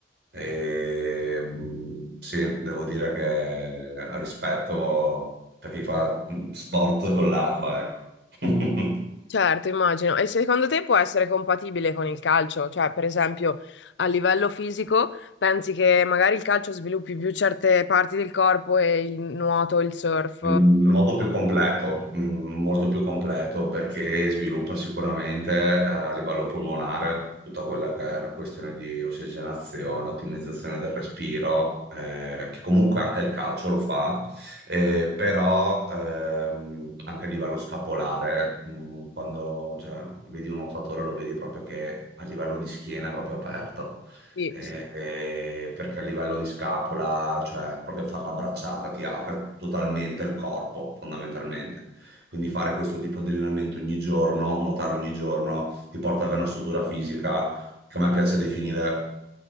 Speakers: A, on the right; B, on the left.
A: E, mh, sì, devo dire che rispetto per chi fa mh, sport con l'acqua, ecco. <laughs>
B: Certo, immagino. E secondo te può essere compatibile con il calcio? Cioè, per esempio, a livello fisico, pensi che magari il calcio sviluppi più certe parti del corpo e il nuoto, il surf?
A: in modo più completo, mm, molto più completo, perché sviluppa sicuramente eh, a livello pulmonare tutta quella che è una questione di ossigenazione, ottimizzazione del respiro, eh, che comunque anche il calcio lo fa, eh, però ehm, anche a livello scapolare, mm, quando cioè, vedi un nuotatore lo vedi proprio che a livello di schiena è proprio aperto
B: Sì,
A: eh,
B: sì,
A: eh,
B: sì.
A: perché a livello di scapola, cioè proprio fare la bracciata ti apre totalmente il corpo, fondamentalmente. Quindi fare questo tipo di allenamento ogni giorno, nuotare ogni giorno, ti porta ad avere una struttura fisica che a me piace definire